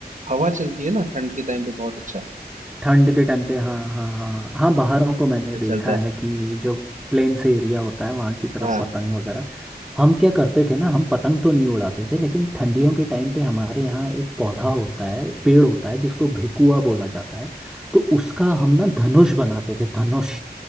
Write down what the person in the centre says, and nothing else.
ठंड के टाइम पे हाँ हाँ हाँ हाँ हाँ, बाहरों को मैंने देखा
है कि जो प्लेन से एरिया होता है वहाँ की तरफ
पतंग वगैरह हम क्या करते थे ना हम पतंग तो नहीं उड़ाते थे लेकिन ठंडियों के टाइम पे हमारे यहाँ एक पौधा होता है पेड़ होता है जिसको भेकुआ बोला जाता है तो उसका
हम ना धनुष बनाते थे धनुष